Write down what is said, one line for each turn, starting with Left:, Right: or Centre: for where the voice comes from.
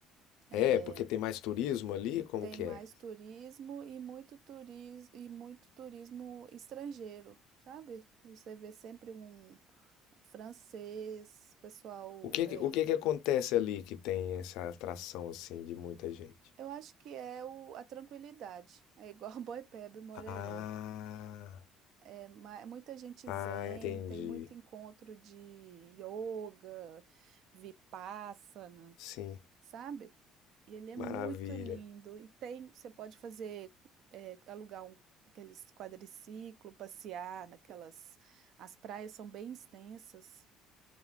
Right: é,
Left: É, porque tem mais turismo ali? Como
Right: tem
Left: que
Right: mais
Left: é?
Right: turismo e muito turismo e muito turismo estrangeiro, sabe? E Você vê sempre um francês, pessoal,
Left: O que
Right: é,
Left: que, o que que acontece ali que tem essa atração assim de muita gente?
Right: eu acho que é o, a tranquilidade, é igual <laughs> Boipeba e Morerê.
Left: Ah,
Right: É Ma- é Muita gente
Left: ah,
Right: zen,
Left: entendi.
Right: tem muito encontro de yoga, vipassana,
Left: Sim,
Right: sabe? E ele é
Left: maravilha.
Right: muito lindo. E tem, você pode fazer, é, alugar um aqueles quadriciclo, passear naquelas. As praias são bem extensas,